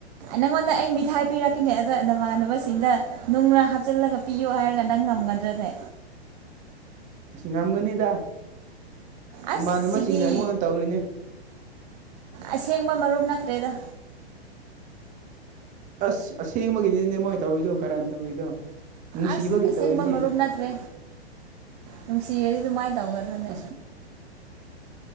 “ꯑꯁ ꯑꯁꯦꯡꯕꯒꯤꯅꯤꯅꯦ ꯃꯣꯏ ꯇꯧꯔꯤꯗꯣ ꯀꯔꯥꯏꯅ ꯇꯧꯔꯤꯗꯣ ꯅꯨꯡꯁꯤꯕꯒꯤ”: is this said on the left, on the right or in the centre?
Right